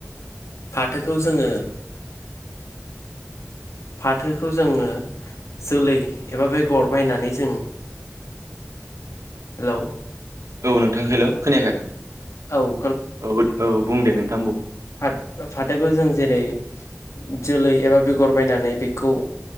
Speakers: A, on the left; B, on the right.
A: फाथोखौ जोङो। फाथोखौ जोङो जोलै एबा बेगर बायनानै जों।
B: <inaudible>
A: हेलौ
B: औ नोंथां हेल' खोनायाखै?
A: औ
B: औ औ बुं दे नोंथां बुं।
A: फाथ फाथोखौ जों जेरै जोलै एबा बेगर बायनानै बेखौ।